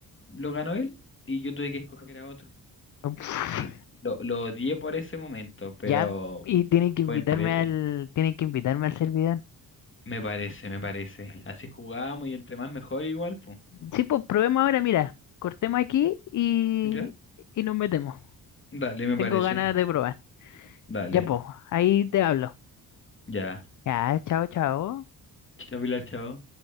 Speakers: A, on the left; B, on the left.
A: lo ganó él y yo tuve que escoger a otro.
B: <laughs> Uf,
A: L- Lo, lo odié por ese momento, pero
B: Ya, y tienen que invitarme
A: fue entrete.
B: al, tienen que invitarme al servidor.
A: Me parece, me parece. Así jugamos y entre más mejor igual, pues.
B: Sí, pues probemos ahora, mira, cortemos aquí y,
A: ¿Ya?
B: y nos metemos.
A: Dale, me
B: Tengo
A: parece.
B: ganas de probar.
A: Dale.
B: Ya, pues, ahí te hablo.
A: Ya.
B: Ya, chao, chao.
A: Chao, Pilar, chao.